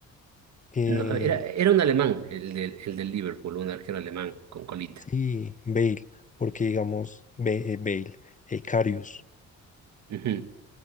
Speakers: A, on the left; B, on the right.
A: que
B: No, era, era un alemán, el del, el del Liverpool, un arquero alemán con colita.
A: sí, Bale, porque digamos Be- eh, Bale, eh, Karius,
B: Ujú.